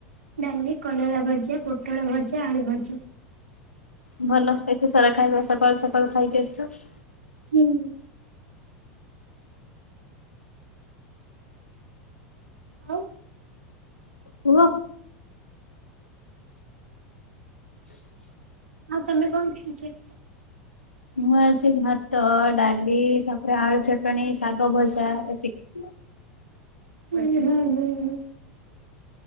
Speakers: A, on the right; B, on the left.
A: ଡାଲି, କଲରା ଭଜା, ପୋଟଳ ଭଜା, ଆଳୁ ଭଜା।
B: ଭଲ ଏତେ ସାରା ଖାଇବା ସକାଳୁ ସକାଳୁ ଖାଇକି ଆସିଛ।
A: ହୁଁ। ଆଉ।
B: ହୁଅ। <inaudible>
A: ଆଉ ତମେ କଣ ଖାଇଛ?
B: ମୁଁ ଆଜି ଭାତ, ଡାଲି, ତାପରେ ଆଳୁ ଚଟଣି, ଶାଗ ଭଜା ଏତିକି।
A: ହୁଁ ହୁଁ ହୁଁ।